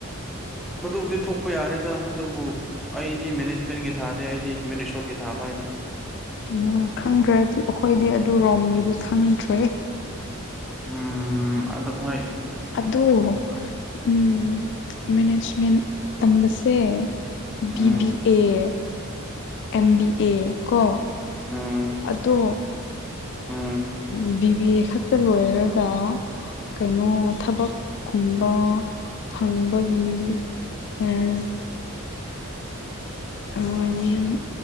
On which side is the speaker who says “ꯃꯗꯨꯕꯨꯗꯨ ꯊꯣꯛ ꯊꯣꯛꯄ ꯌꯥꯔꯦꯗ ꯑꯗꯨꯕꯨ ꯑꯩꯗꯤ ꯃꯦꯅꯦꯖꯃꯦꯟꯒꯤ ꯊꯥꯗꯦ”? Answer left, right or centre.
Centre